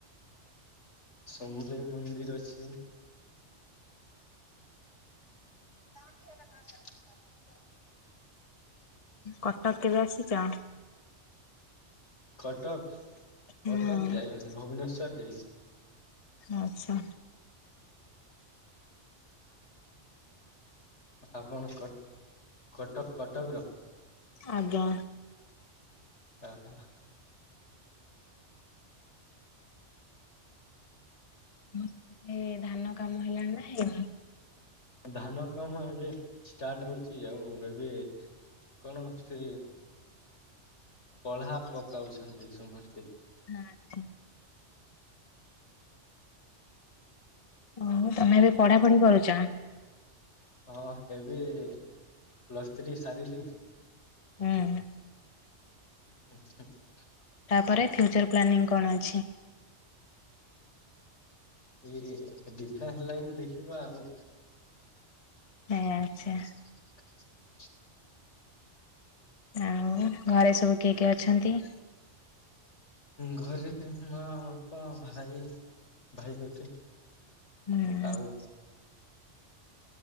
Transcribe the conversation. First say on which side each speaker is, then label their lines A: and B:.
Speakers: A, on the left; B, on the left.
A: ସମଲେଇ ମନ୍ଦିର ଅଛି। <inaudible>
B: କଟକ କେବେ ଆସିଛ?
A: କଟକ କଟକ
B: ହଁ
A: ଯାଇ ଭୁବନେଶ୍ଵର ଯାଇଛି।
B: ଆଚ୍ଛା।
A: ଆପଣ କଟକ କଟକର?
B: ଆଜ୍ଞା।
A: ଓ ହୋ।
B: ହଁ। ଧାନ କାମ ହେଲାଣି ନା ହେଇି
A: ଧାନ କାମ ଏବେ ଷ୍ଟାର୍ଟ ହଉଛି ଆଉ ଏବେ କଣ ସେ ପଲା ପକାଉଛନ୍ତି ସମସ୍ତେ
B: ହଁ ଆଛା ହଉ ତମେ ଏବେ ପଢା ପଢି କରୁଛ
A: ହଁ ଏବେ ପଲସଥ୍ରୀ ସାରିଲି
B: ହଁ
A: ହଁ
B: ତାପରେ ଫ୍ୟୁଚର ପ୍ଲାନିଂ କଣ ଅଛି
A: ଏଇ ଡିଫେନ୍ସ ଲାଇନ ଦେଖିବା ଆଉ
B: ହଁ ଆଛା
A: <inaudible>
B: ଆଉ ଘରେ ସବୁ କିଏ କିଏ ଅଛନ୍ତି
A: ଘରେ ମା ବାପା ାଇ ଭାଇ ଗୋଟେ
B: ହୁଁ
A: ଆଉ